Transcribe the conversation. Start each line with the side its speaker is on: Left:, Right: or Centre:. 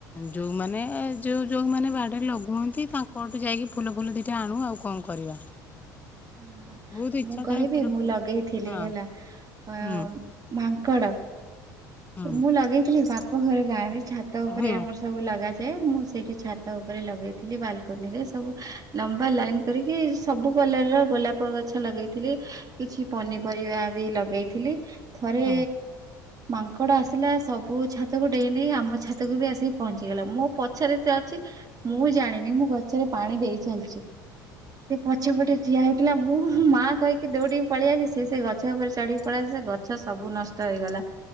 Left: ଯୋଉମାନେ ଯୋଉ ଯୋଉମାନେ ବାଡରେ ଲଗୁ ହନ୍ତି ତାଙ୍କଠୁ ଯାଇକି ଫୁଲ ଫୁଲ ଦିଟା ଆଣୁ ଆଉ କଣ କରିବା?
Right: ହ ହ
Left: ବହୁତ ଇଚ୍ଛା
Right: ମୁଁ କହିବି
Left: ଥାଏ ଫୁଲ
Right: ମୁଁ
Left: ଫୁଲ
Right: ଲଗେଇଥିଲି
Left: ହଁ
Right: ହେଲା ଅ
Left: ହୁଁ
Right: ମାଙ୍କଡ
Left: ହୁଁ
Right: ମୁଁ ଲଗେଇଥିଲି ବାପ ଘର ଗାଁରେ ଛାତ ଉପରେ
Left: ହୁଁ
Right: ଆମର ସବୁ ଲଗା ଯେ ମୁଁ ସେଇଠି ଛାତ ଉପରେ ଲଗେଇଥିଲି ବାଲକୋନିରେ ସବୁ ଲମ୍ବା ଲାଇନ କରିକି ସବୁ କଲର ର ଗୋଲାପ ଗଛ ଲଗେଇଥିଲି କିଛି ପନିପରିବା ବି ଲଗେଇଥିଲି। ଥରେ
Left: ହଁ
Right: ମାଙ୍କଡ଼ ଆସିଲା ସବୁ ଛାତକୁ ଡେଇଁ ଡେ଼ଁଇ ଆମ ଛାତକୁ ବି ଆସିି ପହଞ୍ଚିଗଲା ମୋ ପଛରେ ସେ ଅଛି ମୁଁ ଜା ଣିନି ମୁଁ ଗଛରେ ପାଣି ଦେଇ ଚାଲିଛି ସେ ପଛପଟେ ଠିଆ ଥିଲା ମୁଁ ମାଆ କହିକି ଦଉଡ଼ିକି ପଳେଇଲି ସେ ସେଇ ଗଛ ଉପରେ ଚଢ଼ିକି ପଳେଇଲା ସେ ଗଛ ସବୁ ନଷ୍ଟ ହେଇଗଲା।